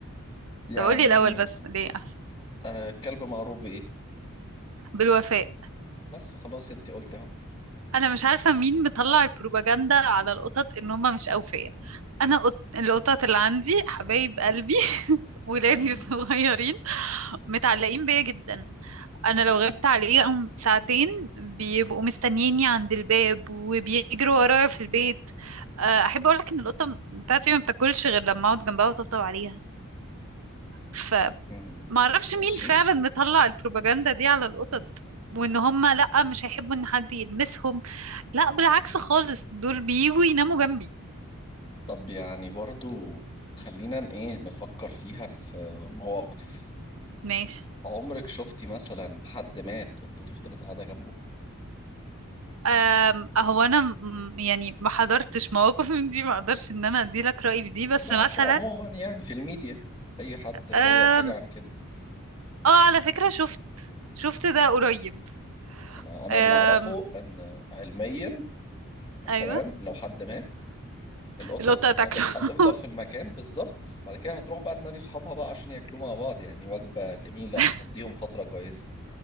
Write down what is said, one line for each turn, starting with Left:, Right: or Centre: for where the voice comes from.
Left: يعني
Right: طب قولي الاول بس ليه احسن
Left: آه كلب معروف بايه
Right: بالوفاء
Left: بس خلاص انت قلت اهو
Right: انا مش عارفة مين مطلع البروباجندا على القطط ان هما مش اوفياء انا قط... القطط اللي عندي حبايب قلبي <laughs> ولادي
Left: مم،
Right: الصغيرين متعلقين بيا جدا انا لو غبت عليهم ساعتين بيبقوا مستنييني عند الباب وبيجروا ورايا في البيت آه، احب اقولك ان القطه بتاعتي ما بتاكلش غير لما اقعد جنبها وطبطب عليها ف
Left: مم،
Right: ما اعرفش
Left: ماشي
Right: مين فعلا مطلع البروباجندا دي على القطط وان هم لا مش هيحبوا ان حد يلمسهم لا بالعكس خالص دول بييجوا يناموا جنبي
Left: طب يعني برضو خلينا ن- ايه نفكر فيها في مواقف
Right: ماشي
Left: عمرك شفتي مثلا حد مات قطته فضلت قاعدة جنبه
Right: أم هو انا م- يعني ما حضرتش مواقف من دي ما اقدرش ان انا ادي لك رأيي في دي بس
Left: لا
Right: مثلا
Left: فعموما يعني في الميديا اي حد شير
Right: أم
Left: حاجة عن كده
Right: اه على فكرة شفت شفت ده قريب
Left: انا انا
Right: أم
Left: اللي اعرفه ان علميا
Right: ايوه
Left: تمام لو حد مات القطط
Right: القطة تاكله
Left: هتبقى هتفضل في المكان بالظبط بعد كده هتروح بقى تنادي صحابها بقى عشان ياكلوا مع بعض يعني وجبة جميلة
Right: <laughs>
Left: هتقضيهم فترة كويسة